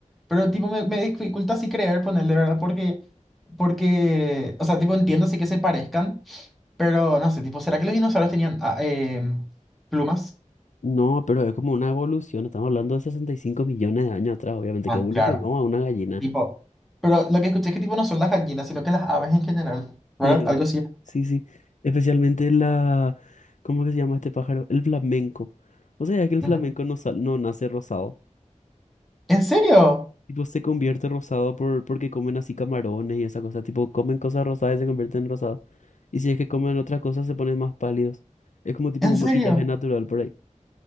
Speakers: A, in the centre; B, on the left.
A: pero tipo me, me dificulta así creer ponerle, ¿verdad? Porque, porque, o sea, tipo entiendo sí que se parezcan, pero no sé, tipo, ¿será que los dinosaurios tenían ah, em, plumas?
B: No, pero es como una evolución, estamos hablando de 65 millones de años atrás, obviamente
A: Ah,
B: que evolucionó
A: claro.
B: a una gallina.
A: Tipo, pero lo que escuché es que tipo no son las gallinas, sino que las aves en general, ¿verdad?
B: Eh,
A: Algo así.
B: sí, sí, especialmente la ¿cómo que se llama este pájaro? El flamenco. ¿Vos sabías que el
A: Ujú.
B: flamenco no sal- no nace rosado?
A: ¿En serio?
B: Tipo, se convierte rosado por, porque comen así camarones y esa cosa. Tipo, comen cosas rosadas y se convierten en rosado. Y si es que comen otras cosas, se ponen más pálidos. Es como tipo
A: ¿En
B: un
A: serio?
B: maquillaje natural por ahí.